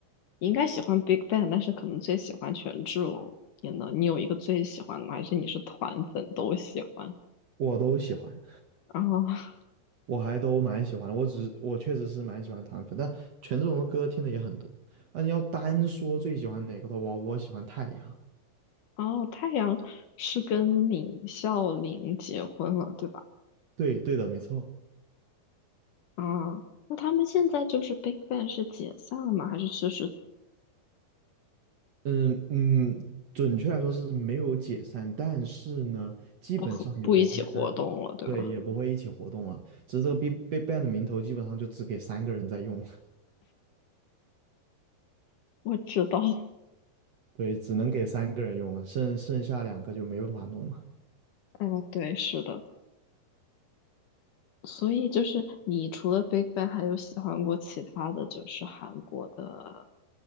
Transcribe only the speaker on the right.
我都喜欢。
我还都蛮喜欢的，我只是我确实是蛮喜欢团粉，但权志龙的歌听的也很多。那你要单说最喜欢哪个的话，我喜欢太阳。
对对的，没错。
嗯嗯，准确来说是没有解散，但是呢，基本上也不会在，
对，也不会一起活动了。只是这个 b i Big Bang 的名头基本上就只给三个人在用了，
对，只能给三个人用了，剩剩下两个就没办法弄了。